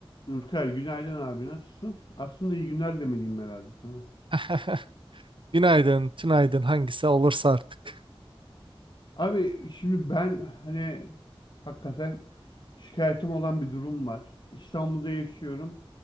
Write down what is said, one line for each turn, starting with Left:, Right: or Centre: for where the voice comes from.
Left: Nurkay günaydın abi nasılsın? Aslında iyi günler demeliyim herhalde sana.
Right: <laughs> Günaydın, tünaydın hangisi olursa artık.
Left: Abi şimdi ben hani hakikaten şikayetim olan bir durum var. İstanbul'da yaşıyorum.